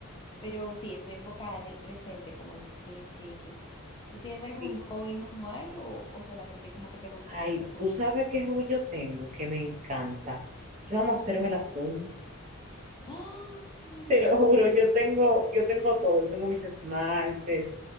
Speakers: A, on the left; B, on the right.
A: pero sí, estoy enfocada en el presente, como en ese, eso. ¿Tú tienes algún
B: Sí.
A: hobby manual o, o solamente como que te gusta
B: Ay,
A: hacer deporte?
B: tú sabes qué hobby yo tengo que me encanta. Yo amo hacerme
A: Mm.
B: las uñas.
A: ¡Ah!
B: Te lo juro,
A: Espe-
B: yo tengo, yo tengo todo. Yo tengo mis esmaltes,